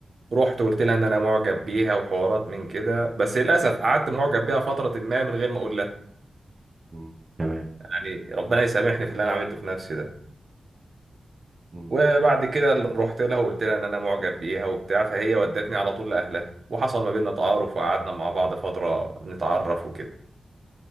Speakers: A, on the right (about 60°); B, on the right (about 30°).
A: رحت وقلت لها ان انا معجب بيها وحوارات من كده بس للاسف قعدت معجب بيها فتره ما من غير ما اقول لها
B: مم. تمام
A: يعني ربنا يسامحني في اللي انا عملته في نفسي ده
B: مم.
A: وبعد كده رحت لها وقلت لها ان انا معجب بيها وبتاع فهي ودتني على طول لاهلها وحصل ما بيننا تعارف وقعدنا مع بعض فتره نتعرف وكده